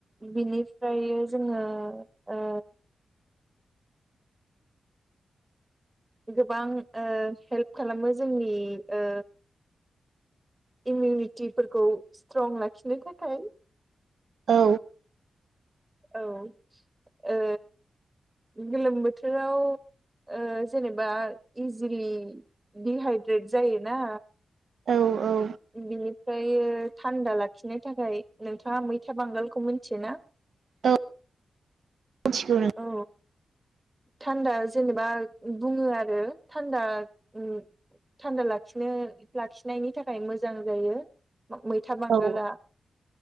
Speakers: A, on the right; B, on the right.
A: बिनिफ्रायो जोङो ओ गोबां ओ हेल्प खालामो जोंनि ओ इमिउनिटिफोरखौ स्ट्रं लाखिनो थाखाय
B: औ।
A: औ ओ गोलोम बोथोराव ओ जेनोबा इजिलि दिहाइद्रेट जायोना।
B: औ औ।
A: बिनिफ्रायो थान्दा लाखिनो थाखाय, नोंथाङा मैथा बांगालखौ मिथियोना? <unintelligible>
B: औ मिथिगौ
A: औ। थान्दा जेनोबा बुङो आरो थान्दा उम थान्दा लाखिनो लाखिनायनि था खाय मोजां जायो मै मैथा बांगला।
B: औ